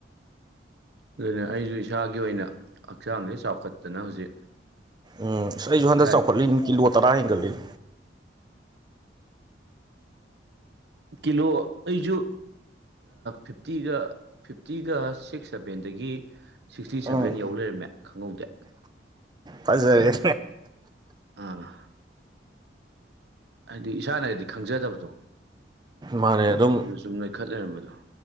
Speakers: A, on the right; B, on the right.
A: ꯑꯗꯨꯅ ꯑꯩꯁꯨ ꯏꯁꯥꯒꯤ ꯑꯣꯏꯅ ꯍꯛꯆꯥꯡꯁꯦ ꯆꯥꯎꯈꯠꯇꯅ ꯍꯧꯖꯤꯛ
B: ꯎꯝ ꯑꯩꯁꯨ ꯍꯟꯗꯛ
A: ꯗꯥꯏꯠ
B: ꯆꯥꯎꯈꯠꯂꯤꯅꯤ ꯀꯤꯂꯣ ꯇꯔꯥ ꯍꯦꯟꯒꯠꯂꯤꯅꯤ
A: ꯀꯤꯂꯣ ꯑꯩꯁꯨ ꯐꯤꯞꯇꯤꯒ ꯐꯤꯞꯇꯤꯒ ꯁꯤꯛꯁ ꯁꯚꯦꯟꯗꯒꯤ ꯁꯤꯛꯁꯇꯤ
B: ꯎꯝ
A: ꯁꯕꯦꯟ ꯌꯧ ꯂꯩꯔꯝꯃꯦ ꯈꯪꯍꯧꯗꯦ
B: ꯐꯖꯔꯦ
A: ꯎꯝ ꯍꯥꯏꯗꯤ ꯏꯁꯥꯅꯗꯤ ꯈꯪꯖꯗꯕꯗꯣ
B: ꯃꯥꯅꯦ ꯑꯗꯨꯝ
A: ꯑꯗꯨ ꯁꯨꯝ ꯅꯣꯏꯈꯠ ꯂꯩꯔꯝꯕꯗꯣ